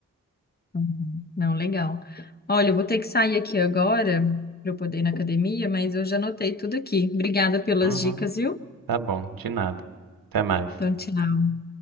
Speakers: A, on the left; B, on the right.
A: Uhum. Não, legal. Olha, eu vou ter que sair aqui agora para eu poder ir na academia, mas eu já anotei tudo aqui. Obrigada pelas
B: Uhum,
A: dicas, viu?
B: tá bom, de nada. Até mais.
A: Então, tchau.